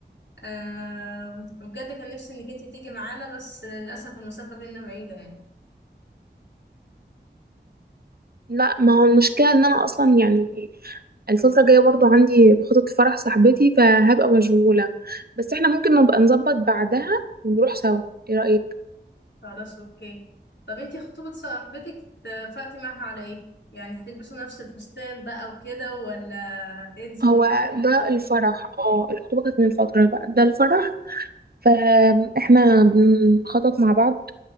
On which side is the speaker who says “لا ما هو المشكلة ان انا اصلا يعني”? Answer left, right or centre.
Right